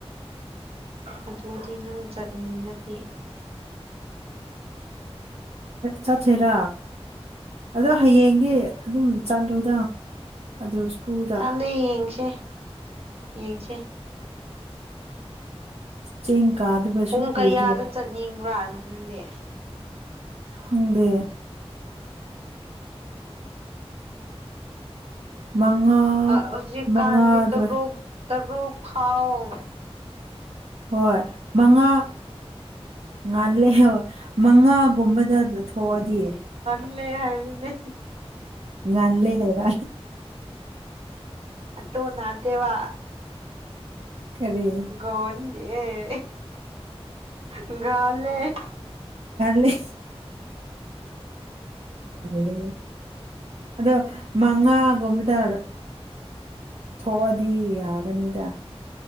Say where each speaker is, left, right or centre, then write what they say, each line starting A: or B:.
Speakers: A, on the right; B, on the right.
A: ꯑꯗꯨꯗꯤ ꯅꯪ ꯆꯠꯅꯤꯡꯅꯗꯦ
B: ꯆꯠꯁꯦꯔꯥ ꯑꯗꯣ ꯍꯌꯦꯡꯒꯤ ꯑꯗꯨꯝ ꯆꯠꯂꯨꯗ ꯑꯗꯨ ꯁ꯭ꯀꯨꯜꯗ
A: ꯀꯥꯟꯗ ꯌꯦꯡꯁꯦ ꯌꯦꯡꯁꯦ
B: ꯆꯦꯡ ꯀꯥꯗꯕꯁꯨ
A: ꯄꯨꯡ
B: ꯀꯨꯏꯔꯦ
A: ꯀꯌꯥꯗ ꯆꯠꯅꯤꯡꯕ꯭ꯔꯥ ꯅꯪꯪꯗꯤ
B: ꯍꯪꯗ ꯃꯉꯥ
A: ꯎꯁꯦꯖꯤ
B: ꯃꯉꯥ
A: ꯀꯥꯟꯗꯤ
B: ꯑꯗꯨꯋꯥꯏ
A: ꯔꯣ ꯇꯔꯨ ꯐꯥꯎꯑꯣ
B: ꯍꯣꯏ ꯃꯉꯥ ꯉꯥꯜꯂꯦ ꯃꯉꯥꯒꯨꯝꯕꯗ ꯊꯣꯛꯑꯗꯤꯌꯦ
A: ꯂꯩ ꯍꯥꯏꯕꯅꯦ
B: ꯉꯥꯟꯂꯦ ꯍꯥꯏꯕ
A: ꯑꯠꯇꯕꯨ ꯅꯠꯇꯦꯕ
B: ꯀꯔꯤ
A: ꯣꯟ ꯗꯦ ꯂꯦ
B: ꯂꯦ ꯂꯦ ꯑꯗꯣ ꯃꯉꯥ ꯀꯔꯤꯒꯨꯝꯕꯗ ꯊꯣꯛꯑꯗꯤ ꯌꯥꯒꯅꯤꯗ